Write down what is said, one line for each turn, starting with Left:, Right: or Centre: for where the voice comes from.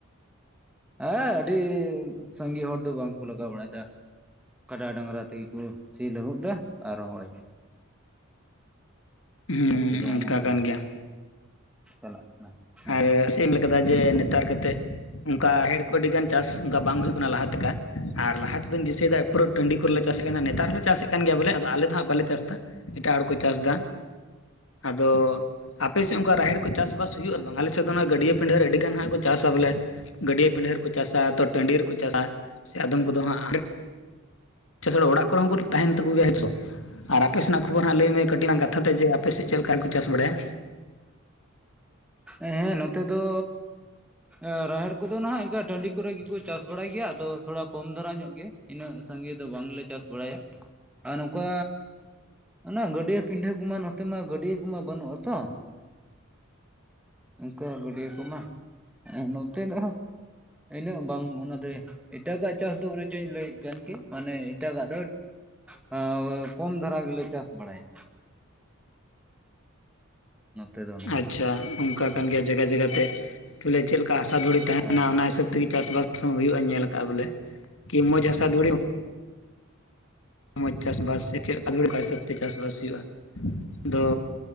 Centre: ᱦᱮᱸᱻ ᱟᱹᱰᱤ ᱥᱟᱸᱜᱤ ᱦᱚᱲ ᱫᱚ ᱵᱟᱝᱠᱚ ᱞᱟᱜᱟᱣ ᱵᱟᱲᱟᱭᱫᱟ ᱠᱟᱰᱟ, ᱰᱟᱝᱨᱟ ᱛᱤᱜᱤ ᱠᱚ ᱥᱤ ᱞᱟᱹᱦᱩᱫ ᱫᱟ ᱟᱨ ᱨᱚᱦᱚᱭ
Left: ᱦᱩᱸ
Centre: ᱱᱚᱛᱮ ᱫᱚ
Left: ᱚᱱᱠᱟ
Centre: ᱚᱱᱮ ᱚᱱᱠᱟᱱᱟᱜ
Left: ᱠᱟᱱ ᱜᱮᱭᱟ᱾
Centre: ᱪᱟᱞᱟᱜ ᱠᱟᱱᱟ᱾ ᱦᱮᱸ
Left: ᱟᱨ ᱥᱮᱧ ᱞᱮᱠᱟᱫᱟ ᱡᱮ ᱱᱮᱛᱟᱨ ᱠᱟᱛᱮᱜ ᱚᱱᱠᱟ ᱦᱮᱲ ᱠᱚ ᱟᱹᱰᱤ ᱜᱟᱱ ᱪᱟᱥ ᱚᱱᱠᱟ ᱵᱟᱝ ᱦᱩᱭᱩᱜ ᱠᱟᱱᱟ ᱞᱟᱦᱟᱛᱮ ᱞᱮᱠᱟ ᱟᱨ ᱞᱟᱦᱟ ᱛᱮᱫᱩᱧ ᱫᱤᱥᱟᱹᱭᱮᱫᱟ ᱯᱩᱨᱟᱹ ᱴᱟᱺᱰᱤ ᱠᱚᱨᱮᱞᱮ ᱪᱟᱥᱮᱫ ᱠᱟᱱ ᱱᱮᱛᱟᱨ ᱦᱚᱸᱞᱮ ᱪᱟᱥᱮᱫ ᱠᱟᱱ ᱜᱮᱭᱟᱞᱮ ᱟᱞᱮ ᱫᱚ ᱦᱟᱸᱜ ᱵᱟᱞᱮ ᱪᱟᱥᱫᱟ ᱮᱴᱟᱜ ᱦᱚᱲᱠᱚ ᱪᱟᱥ ᱫᱟ ᱟᱫᱚ ᱟᱯᱮ ᱥᱮᱜ ᱚᱱᱠᱟ ᱨᱟᱦᱮᱲ ᱠᱚ ᱪᱟᱥᱵᱟᱥ ᱦᱩᱭᱩᱜᱼᱟ ᱵᱟᱝ ᱟᱞᱮ ᱥᱮᱫ ᱫᱚ ᱚᱱᱟ ᱜᱟᱹᱰᱭᱟᱹᱯᱤᱱᱰᱷᱟᱹ ᱨᱮ ᱟᱹᱰᱤ ᱜᱟᱱ ᱦᱟᱸᱜ ᱠᱚ ᱪᱟᱥᱟ ᱵᱚᱞᱮ ᱜᱟᱹᱰᱭᱟᱹ ᱯᱤᱰᱷᱟᱹ ᱨᱮᱠᱚ ᱪᱟᱥᱟ ᱛᱚ ᱴᱟᱺᱰᱤ ᱨᱮᱠᱚ ᱪᱟᱥᱟ ᱥᱮ ᱟᱫᱚᱢ ᱠᱚᱫᱚ ᱦᱟᱸᱜ ᱪᱟᱥ ᱪᱷᱟᱲᱟ ᱚᱲᱟᱜ ᱠᱚᱨᱮ ᱦᱚᱸ ᱠᱚ ᱛᱟᱦᱮᱱ ᱛᱟᱠᱚ ᱜᱮᱭᱟ ᱦᱳᱭᱛᱳ ᱟᱨ ᱟᱯᱮ ᱥᱮᱱᱟᱜ ᱠᱷᱚᱵᱚᱨ ᱦᱟᱸᱜ ᱞᱟᱹᱭᱢᱮ ᱠᱟᱹᱴᱤᱡ ᱞᱟᱝ ᱠᱟᱛᱷᱟ ᱛᱮ ᱡᱮ ᱟᱯᱮ ᱥᱮᱫ ᱪᱮᱫ ᱞᱮᱠᱟ ᱠᱚ ᱪᱟᱥ ᱵᱟᱲᱟᱭᱟ?
Centre: ᱦᱮᱸᱻᱦᱮᱸ ᱱᱚᱛᱮ ᱫᱚ ᱟᱹ ᱨᱟᱦᱮᱲ ᱠᱚᱫᱚ ᱱᱟᱜ ᱤᱱᱠᱟᱹ ᱴᱺᱰᱤ ᱠᱚᱨᱮ ᱜᱮᱠᱚ ᱪᱟᱥ ᱵᱟᱲᱟᱭ ᱜᱮᱭᱟ ᱟᱫᱚ ᱛᱷᱚᱲᱟ ᱠᱚᱢ ᱫᱷᱟᱨᱟ ᱧᱚᱜ ᱜᱮ ᱩᱱᱟᱹᱜ ᱥᱟᱸᱜᱮ ᱫᱚ ᱵᱟᱝᱞᱮ ᱪᱟᱥ ᱵᱟᱲᱟᱭᱟ ᱟᱨ ᱱᱚᱝᱠᱟ ᱚᱱᱟ ᱜᱟᱹᱰᱭᱟᱹ ᱯᱤᱰᱟᱹ ᱠᱚᱢᱟ ᱱᱚᱛᱮ ᱢᱟ ᱜᱟᱹᱰᱭᱟᱹ ᱠᱚᱢᱟ ᱵᱟᱹᱱᱩᱜ-ᱟ ᱛᱚ ᱚᱱᱠᱟ ᱜᱟᱹᱰᱭᱟᱹ ᱠᱚᱢᱟ ᱱᱚᱛᱮ ᱫᱚᱦ ᱤᱱᱟᱹᱜ ᱵᱟᱝ ᱚᱱᱟᱛᱮ ᱮᱴᱟᱜᱟᱜ ᱪᱟᱥ ᱫᱚ ᱚᱱᱮᱪᱚᱧ ᱞᱟᱹᱭᱮᱫ ᱠᱟᱱ ᱜᱮ ᱢᱟᱱᱮ ᱮᱴᱟᱜᱟᱜ ᱫᱚ ᱟᱨ ᱠᱚᱢ ᱫᱷᱟᱨᱟ ᱜᱮᱞᱮ ᱪᱟᱥ ᱵᱟᱲᱟᱭᱟ᱾ ᱱᱚᱛᱮ ᱫᱚ ᱱᱟᱦᱟᱜ
Left: ᱟᱪᱷᱟ ᱚᱱᱠᱟ ᱠᱟᱱ ᱜᱮᱭᱟ ᱡᱟᱭᱜᱟ- ᱡᱟᱭᱜᱟᱛᱮ ᱵᱚᱞᱮ ᱪᱮᱫᱞᱮᱠᱟ ᱦᱟᱥᱟ ᱫᱷᱩᱲᱤ ᱛᱟᱦᱮᱱᱟ
Centre: ᱦᱮᱸ
Left: ᱚᱱᱟ ᱦᱤᱥᱟᱹᱵ ᱛᱮᱜᱮ ᱪᱟᱥᱵᱟᱥ ᱦᱚᱸ ᱦᱩᱭᱩᱜ-ᱟ ᱧᱮᱞ ᱟᱠᱟᱜ-ᱟ ᱵᱚᱞᱮ ᱠᱤ ᱢᱚᱸᱡᱽ ᱦᱟᱥᱟ ᱫᱷᱩᱲᱤ ᱢᱚᱡᱽ ᱪᱟᱥᱵᱟᱥ ᱥᱮ ᱪᱮᱫ ᱞᱮᱠᱟ ᱫᱷᱩᱲᱤᱠᱟᱹ ᱦᱤᱥᱟᱹᱵ ᱛᱮ ᱪᱟᱥᱵᱟᱥ ᱦᱩᱭᱩᱜ-ᱟ ᱟᱫᱚ